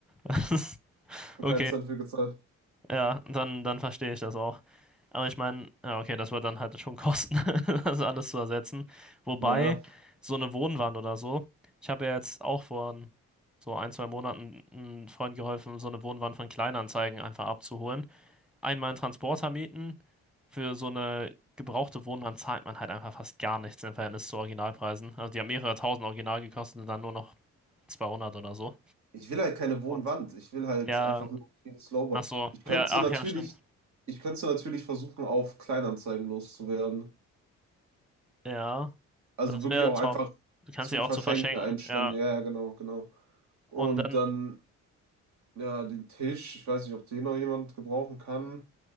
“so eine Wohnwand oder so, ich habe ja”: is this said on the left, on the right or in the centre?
Centre